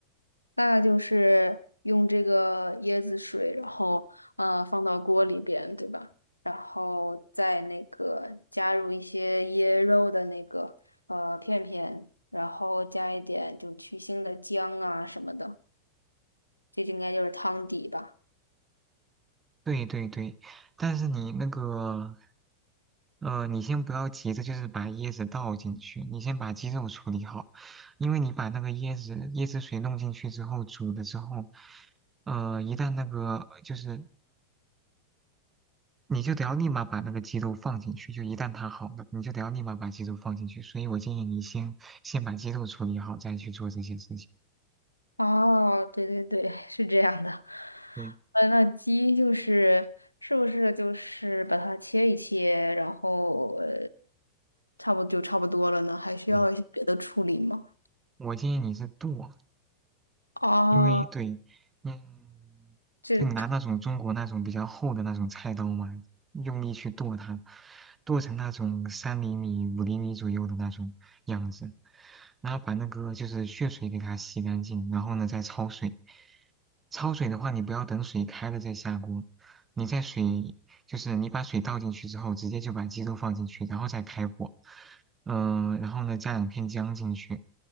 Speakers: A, on the left; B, on the right.
A: 那就是用这个椰子水，然后呃放到锅里边，对吧？然后再那个加入一些椰肉的那个呃片片，然后加一点就去腥的姜啊什么的，这应该就是汤底吧。
B: 对对对，但是你那个，呃，你先不要急着就是把椰子倒进去，你先把鸡肉处理好，因为你把那个椰子椰子水弄进去之后，煮了之后，呃，一旦那个就是你就得要立马把那个鸡肉放进去，就一旦它好了，你就得要立马把鸡肉放进去。所以我建议你先先把鸡肉处理好，再去做这些事情。
A: 哦，对对对，<laughs> 是这样的。
B: 对。
A: 呃，那鸡就是是不是就是把它切一切，然后呃，差不多就差不多了呢？还需要一些别的处理吗？
B: 对，我建议你是剁，
A: 哦，
B: 因为对，嗯，
A: 这
B: 就拿那种中国那种比较厚的那种菜刀嘛，用力去剁它，剁成那种三厘米、五厘米左右的那种样子，然后把那个就是血水给它洗干净，然后呢再焯水。焯水的话，你不要等水开了再下锅，你在水就是你把水倒进去之后，直接就把鸡肉放进去，然后再开火，嗯、然后呢加两片姜进去。